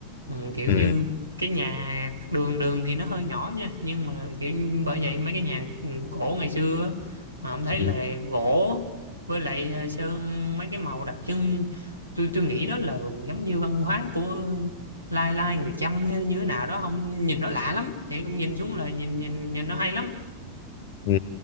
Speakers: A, on the right (about 85°); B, on the left (about 55°).
A: ừ, kiểu
B: Ừ.
A: như cái nhà đường đường thì nó hơi nhỏ nha nhưng mà kiểu như bởi vậy mấy cái nhà ừ, cổ ngày xưa á, mà ông thấy
B: Ừ.
A: là gỗ với lại ờ, sơn mấy cái màu đặc trưng tôi tôi nghĩ đó là giống như văn hóa của lai lai người Chăm hay như thế nào đó không nhìn nó lạ lắm thì cũng nhìn xuống là nhìn nhìn nhìn nó hay lắm
B: Ừ.